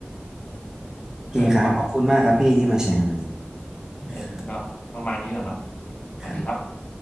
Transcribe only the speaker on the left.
เออเออก็ประมาณนี้แหละมั้ง
สวัสดีครับ